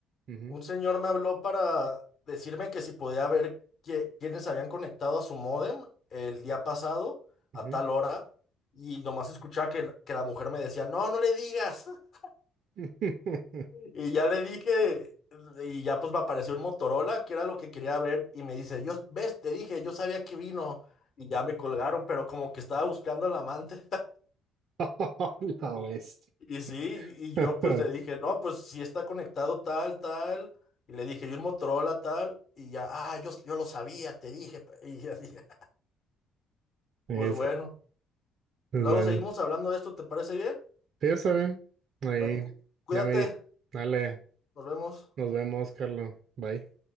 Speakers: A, on the right (about 50°); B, on the left (about 50°).
A: ujú.
B: un señor me habló para decirme que si podía ver qué- quiénes habían conectado a su módem el día pasado
A: ujú.
B: a tal hora. Y nomás escuchaba que, que la mujer me decía, no, no le digas. <laughs>
A: <laughs>
B: Y ya le dije, y ya pues me apareció un Motorola, que era lo que quería ver. Y me dice, yo, ves, te dije, yo sabía que vino. Y ya me colgaron, pero como que estaba buscando al amante.
A: La bestia.
B: Y sí, y
A: <laughs>
B: yo pues le dije, no, pues si está conectado tal, tal, y le dije, y un Motorola tal, y ya, ah, yo, yo lo sabía, te dije, <laughs> pe-". y así, <laughs>
A: Eso,
B: pues bueno,
A: es
B: luego
A: bueno.
B: seguimos hablando de esto, ¿te parece bien?
A: Sí, está bien. Ahí,
B: Bueno, cu- cuídate,
A: ya me di. Dale,
B: nos vemos.
A: nos vemos, Carlos. Bye.